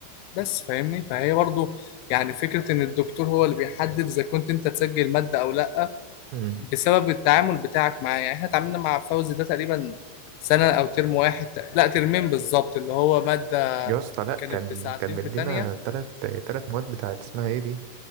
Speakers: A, on the left; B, on the right.
A: بس فاهمني فهي برضو يعني فكره ان الدكتور هو اللي بيحدد اذا كنت انت تسجل ماده او لا
B: مم.
A: بسبب التعامل بتاعك معاه يعني احنا اتعاملنا مع فوزي ده تقريبا سنه او ترم واحد لا ترمين بالظبط اللي هو ماده
B: يا اسطى لأ كان
A: كانت بساعتين
B: كان مدينا
A: في تانية
B: تلات تلات مواد بتاعت اسمها ايه دي